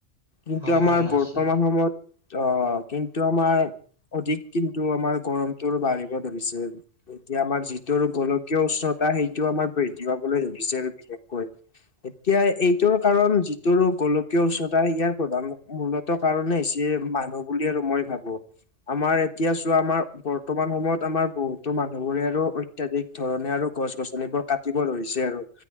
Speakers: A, on the left; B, on the right.
A: কিন্তু
B: হয়
A: আমাৰ
B: হয় নাছিল
A: বৰ্তমান সময়ত অ', কিন্তু আমাৰ অধিক কিন্তু আমাৰ গৰম বাঢ়িব ধৰিছে, এতিয়া আমাৰ যিটো গোলকীয় উষ্ণতা, সেইটো আমাৰ বি <unintelligible> দিছে বিশেষকৈ। এতিয়া এইটোৰ কাৰণ যিটো গোলকীয় উচ্চতা, ইয়াৰ প্ৰধান মূলত টো কাৰণে হৈছে, মানুহ বুলি আৰু মই ভাবোঁ। আমাৰ এতিয়া চোৱা, আমাৰ বৰ্তমান সময়ত আমাৰ বহুতো মানুহবোৰে আৰু অত্যাধিক ধৰণে আৰু গছ গছনিবোৰ কা তিব ধৰিছে আৰু,